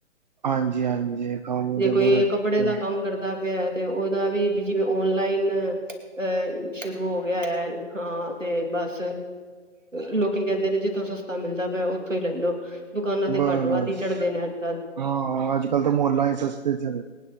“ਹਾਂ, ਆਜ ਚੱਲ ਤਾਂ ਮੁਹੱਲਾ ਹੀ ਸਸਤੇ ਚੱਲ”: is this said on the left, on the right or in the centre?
Right